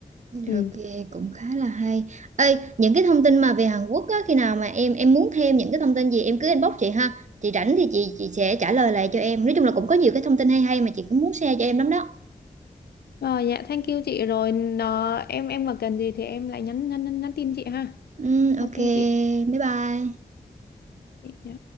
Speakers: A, on the left (about 85°); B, on the right (about 50°).
A: ừ
B: Ok, cũng khá là hay. Ê, những cái thông tin mà về Hàn Quốc á, khi nào mà em em muốn thêm những cái thông tin gì em cứ inbox chị ha. Chị rảnh thì chị chị sẽ trả lời lại cho em. Nói chung là cũng có nhiều cái thông tin hay hay mà chị cũng muốn share cho em lắm đó.
A: Ờ, dạ thank you chị rồi nó, em em mà cần gì thì em lại nhắn nhắn nhắn, nhắn tin chị ha.
B: Ừ,
A: Ok
B: ok,
A: chị.
B: bye bye.
A: Chị, dạ.